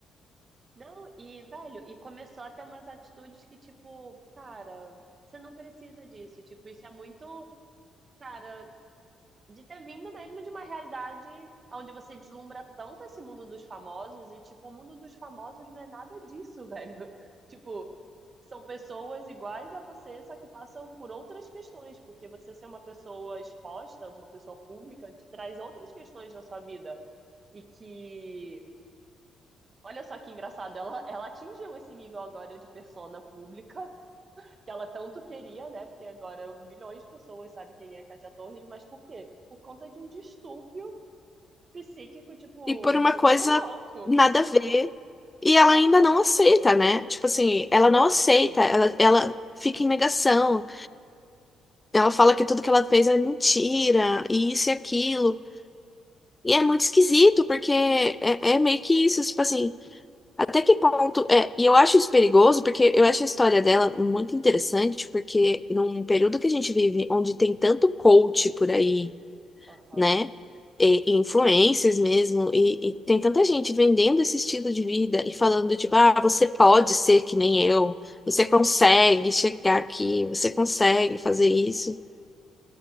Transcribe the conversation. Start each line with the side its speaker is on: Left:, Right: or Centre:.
Right: Não, e, velho, e começou a ter umas atitudes que, tipo, cara, você não precisa disso. Tipo, isso é muito. Cara, de ter vindo mesmo de uma realidade onde você deslumbra tanto esse mundo dos famosos e, tipo, o mundo dos famosos não é nada disso, velho. <laughs> Tipo, são pessoas iguais a você, só que passam por outras questões, porque você ser uma pessoa exposta, uma pessoa pública, te traz outras questões na sua vida. E que. Olha só que engraçado, ela, ela atingiu esse nível agora de persona pública que ela tanto queria, né? Porque agora milhões de pessoas sabem quem é Katia Torres, mas por quê? Por conta de um distúrbio psíquico, tipo,
Left: e por
Right: muito
Left: uma coisa
Right: louco.
Left: nada a ver. E ela
Right: Aham.
Left: ainda não aceita, né? Tipo assim, ela
Right: Não
Left: não aceita,
Right: aceita.
Left: ela, ela fica em negação. Ela fala que tudo que ela fez é mentira, e isso e aquilo. E é muito esquisito, porque é, é meio que isso, tipo assim, até que ponto. É, e eu acho isso perigoso, porque eu acho a história dela muito interessante, porque num período que a gente vive, onde tem tanto coach por aí,
Right: Aham.
Left: né? E, e influencers mesmo, e, e tem tanta gente vendendo esse estilo de vida e falando, tipo, ah, você pode ser que nem eu, você consegue chegar aqui, você consegue fazer isso.